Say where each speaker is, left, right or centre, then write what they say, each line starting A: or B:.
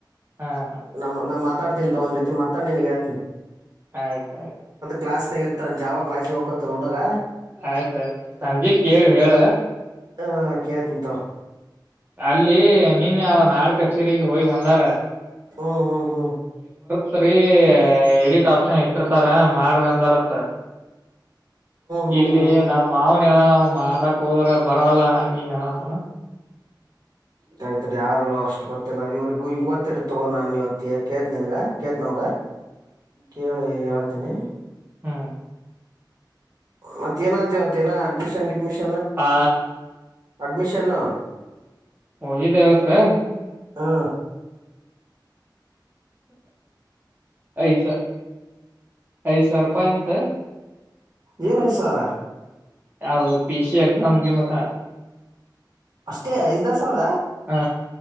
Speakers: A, on the right (about 25°); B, on the right (about 55°).
A: ಹಾ ಹಾ
B: ನಮ್ಮ ನಮ್ ಅ ಮಾತಾಡ್ತೀನ್ ತಗೊ ಅವ್ ಜೊತೆ ಮಾತಡ್ ನಿನ್ಗೆ ಹೇಳ್ತನಿ
A: ಆಯ್ತ ಆಯ್ತು
B: ಕ್ಲಾಸ್ನ ಗೆ ಇರ್ತಾನೆ ಜಾವ ಕ್ಲಾಸಿಗೆ ಹೋಗಕತನ ಹುಡಗ
A: ಆಯ್ತಾಯ್ತು ಸಂಜಿಗ್ ಕೇಳಿ ಹೇಳ
B: ಹ ಕೇಳ್ತೀನಿ ತಾಗ್
A: ಅಲ್ಲಿ ನೀನ್ ಅವ ನಾಡ್ ಕಚೇರಿಗೆ ಹೋಗಿ ಬಂದಾರ
B: ಹು ಹ್ಮ್ ಹ್ಮ್
A: ಸರಿ ಎಡಿಟ್ ಆಪ್ಷನ್ ಐತ ಇರ್ತಾರ ಮಾಡ್ರಿ ಅಂದಾರ ತ್ತ
B: ಹ್ಮ್ ಹ್ಮ್
A: ಇಲ್ಲಿ
B: ಹ್ಮ್ ಹ್ಮ್
A: ನಾ ಮಾವನೆಲ್ಲಲವಂ ಮಾಡಕ್ ಹೋದ್ರೆ ಬರಲ್ಲ ಹಂಗ ಹಿಂಗ ಅನತನ
B: ತಡೆ ತಡೆ ಯಾರರು ಅಷ್ಟು ಗೊತ್ತಿಲ್ಲ ಇವ್ರಿಗೂ ಇಂಗ್ ಗೊತ್ತಿರ್ತ್ತಗೋ ನಾನ್ ಇವತ್ತು ಯ ಕೇಳ್ತ್ ನಿನ್ಗ. ಕೇಳ್ತಿನಿ ಅವಂಗ ಕೇಳಿ ಹೇಳ್ತೀನಿ.
A: ಹ್ಮ
B: ಮತ್ತ ಏನ ಆತಿವತ್ತೇನ ಅಡ್ಮಿಷನ್, ಗಿಡ್ಮಿಷನ್.
A: ಆ
B: ಅಡ್ಮಿಷನ್
A: ಹೋಗಿದ್ದೆ ಇವತ್ತ.
B: ಹಾ
A: ಐಸ ಐದ್ ಸಾವ್ರ ರೂಪಾಯಿ ಅಂತ.
B: ಏನು ಹೆ ಸರ
A: ಯಾವ್ದದು ಪಿ ಸಿ ಎಕ್ಸಾಮ್ ಗಿ ಮಟ.
B: ಅಷ್ಟೇ ಐದಾ ಸಾವ್ರ,
A: ಹ